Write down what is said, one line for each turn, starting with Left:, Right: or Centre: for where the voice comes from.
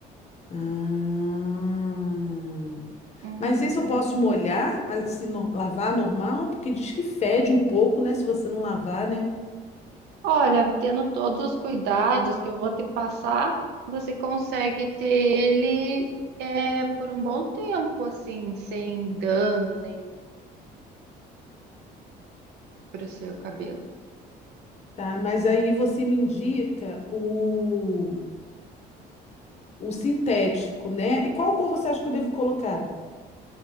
Left: Ah,
Right: Uhum.
Left: mas esse eu posso molhar, assim, no- lavar normal, porque diz que fede um pouco, né? Se você não lavar, né?
Right: Olha, tendo todos os cuidados que eu vou te passar, você consegue ter ele é, por um bom tempo, assim, sem dano nenhum para o seu cabelo.
Left: Tá, mas aí você me indica o O sintético, né? E qual cor você acha que eu devo colocar?